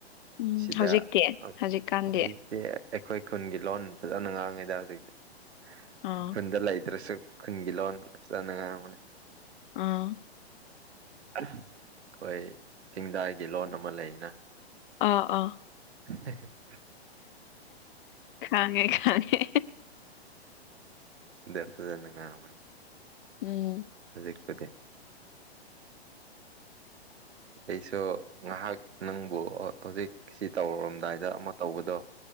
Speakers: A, on the left; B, on the right.
A: ꯎꯝ
B: ꯁꯤꯗ
A: ꯍꯧꯖꯤꯛꯇꯤ ꯍꯧꯖꯤꯛꯀꯥꯟꯗꯤ
B: ꯍꯧꯖꯤꯛꯇꯤ ꯑꯩꯈꯣꯏ ꯈꯨꯟꯒꯤ ꯂꯣꯟ ꯐꯖꯅ ꯉꯥꯡꯉꯤꯗ ꯍꯧꯖꯤꯛꯇꯤ
A: ꯑꯥ
B: ꯈꯨꯟꯗ ꯂꯩꯇ꯭ꯔꯁꯨ ꯈꯨꯟꯒꯤ ꯂꯣꯟ ꯐꯖꯅ ꯉꯥꯡꯕꯅꯤ
A: ꯑꯥ
B: ꯑꯩꯈꯣꯏ ꯆꯤꯡꯗꯥꯏꯒꯤ ꯂꯣꯟ ꯑꯃ ꯂꯩꯅ
A: ꯑꯥ ꯑꯥ
B: <inaudible>
A: ꯈꯥꯉꯦ ꯈꯥꯉꯦ
B: ꯗꯖ ꯉ ꯃꯅꯤ
A: ꯎꯝ
B: ꯍꯧꯖꯤꯛꯄꯗꯤ
A: <inaudible>
B: ꯑꯩꯁꯨ ꯉꯥꯏꯍꯥꯛ ꯅꯪꯕꯨ ꯍꯧꯖꯤꯛ ꯁꯤ ꯇꯧꯔꯔꯝꯗꯥꯏꯗ ꯑꯃ ꯇꯧꯕꯗꯣ